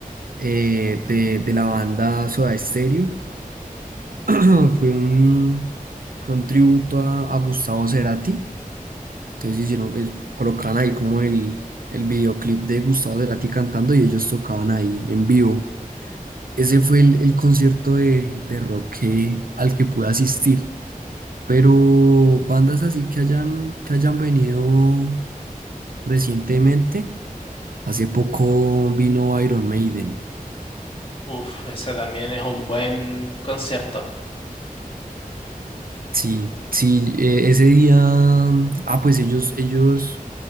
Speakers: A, on the right; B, on the left.
A: eh, de, de la banda Soda Stereo, <clears throat> fue un, fue un tributo a, a Gustavo Cerati, entonces hicieron, es- colocaban ahí como el, el videoclip de Gustavo Cerati cantando y ellos tocaban ahí en vivo. Ese fue el, el concierto de, de rock que- al que pude asistir. Pero bandas así que hayan, que hayan venido recientemente, hace poco vino Iron Maiden.
B: Uf, ese también es un buen concierto.
A: Sí, sí, eh, ese día, ah, pues ellos, ellos